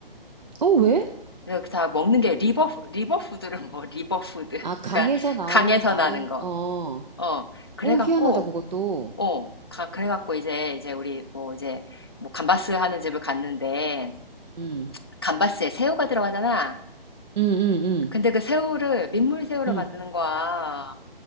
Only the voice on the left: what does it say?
그래서 다 먹는 게 리버, 리버푸드를 먹어. 리버푸드.
그러니까
강에서
나는 거.
어. 그래갖고,
어. 가- 그래갖고 이제, 이제 우리 뭐 이제 뭐 감바스 하는 집을 갔는데
감바스에 새우가 들어가잖아.
근데 그 새우를 민물 새우로
만드는
거야.